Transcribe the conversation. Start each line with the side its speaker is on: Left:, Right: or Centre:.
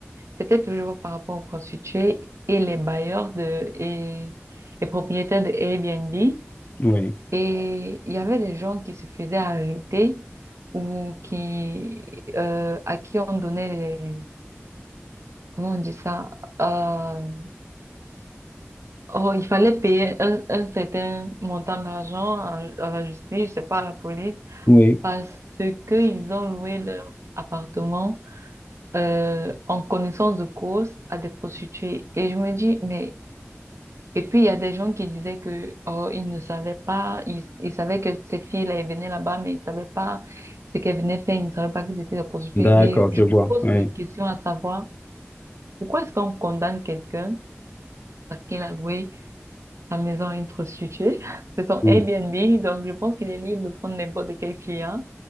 Right: C'était toujours par rapport aux prostituées et les bailleurs de et les propriétaires de Airbnb.
Left: oui,
Right: Et il y avait des gens qui se faisaient arrêter ou qui euh, à qui on donnait des, comment on dit ça? Euh, Oh, il fallait payer un, un certain montant d'argent à, à la justice, je sais pas, à la police.
Left: oui.
Right: parce qu'ils ont loué leur appartement euh, en connaissance de cause à des prostituées. Et je me dis, mais... Et puis, il y a des gens qui disaient que, oh, ils ne savaient pas, ils, ils savaient que ces filles-là, elles venaient là-bas, mais ils savaient pas ce qu'elles venaient faire, ils ne savaient pas qu'ils étaient des prostituées.
Left: D'accord,
Right: Et
Left: je
Right: je
Left: vois.
Right: me pose
Left: Oui,
Right: la question à savoir, pourquoi est-ce qu'on condamne quelqu'un parce qu'il a loué sa maison à une prostituée? <laughs> C'est son
Left: oui,
Right: Airbnb, donc je pense qu'il est libre de prendre n'importe quel client.